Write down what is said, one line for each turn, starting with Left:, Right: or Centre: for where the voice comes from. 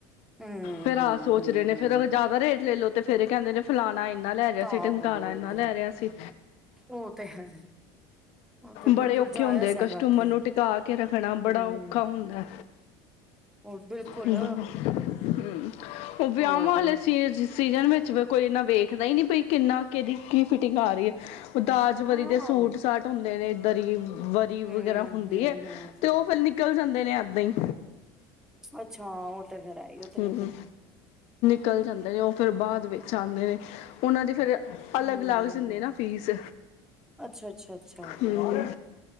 Centre: ਹਮ
Left: ਫੇਰ ਆਹ
Centre: ਹਮ
Left: ਸੋਚ
Centre: ਹਮ
Left: ਰਹੇ ਨੇ
Centre: ਹਮ
Left: ਫੇਰ ਅਗਰ ਜ਼ਿਆਦਾ ਰੇਟ ਲੈਲੋ। ਤੇ ਫੇਰ ਕਹਿੰਦੇ ਨੇ ਫਲਾਣਾ ਇੰਨਾ ਰਿਹਾ
Centre: ਤਾਂ
Left: ਸੀ ਟਮਕਾਣਾ
Centre: ਬੋਲਦੇ
Left: ਇਨਾ ਲੈ
Centre: ਨੇ।
Left: ਰਿਹਾ ਸੀ,
Centre: ਉਹ ਤੇ ਹੈ ਉਹ ਤੇ ਬਿਲਕੁਲ
Left: ਬੜੇ ਔਖੇ
Centre: ਜਾਇਜ਼
Left: ਹੁੰਦੇ
Centre: ਹੈਗਾ
Left: ਕਸਟਮਰ
Centre: ਉਥੇ
Left: ਨੂੰ ਟਿਕਾ ਕੇ ਰੱਖਣਾ
Centre: ਹਮ
Left: ਬੜਾ ਔਖਾ ਹੁੰਦਾ।
Centre: ਉਹ ਬਿਲਕੁਲ
Left: ਹੂੰ ਹੂੰ ਉਹ ਵਿਆਵਾਂ
Centre: ਹੋਰ
Left: ਵਾਲੇ ਸੀਜ਼ ਸੀਜਨ ਵਿੱਚ ਕੋਈ ਇੰਨਾ ਵੇਖਦਾ ਹੀ ਨਹੀਂ ਪਈ ਕਿੰਨਾ ਕਿਹਦੀ ਕੀ ਫਿਟਿੰਗ ਆ ਰਹੀ ਐ। ਦਾਜ
Centre: ਹਾਂ
Left: ਵਰੀ ਦੇ
Centre: ਹਮ
Left: ਸੂਟ-ਸਾਟ ਹੁੰਦੇ ਨੇ ਦਰੀ ਵਰੀ
Centre: ਹਮ
Left: ਵਗੈਰਾ ਹੁੰਦੀ ਐ,
Centre: ਹਮ
Left: ਤੇ ਉਹ ਫਿਰ ਨਿਕਲ ਜਾਂਦੇ ਨੇ ਏਦਾਂ ਈ
Centre: ਅੱਛਾ ਉਹ ਤਾਂ ਫੇਰ ਹੈ ਈ ਉਹ ਤੇ
Left: ਹਮ
Centre: ਨਿਕਲ ਜਾਣਾ।
Left: ਨਿਕਲ ਜਾਂਦੇ ਨੇ ਉਹ ਫਿਰ ਬਾਅਦ ਵਿੱਚ ਆਂਦੇ ਨੇ ਉਹਨਾਂ ਦੀ ਫਿਰ ਅਲੱਗ
Centre: ਹਮ
Left: <unintelligible> ਚ ਹੁੰਦੀ ਨਾ ਫੀਸ,
Centre: ਅੱਛਾ ਅੱਛਾ ਅੱਛਾ
Left: ਹੂੰ
Centre: ਵਧੀਆ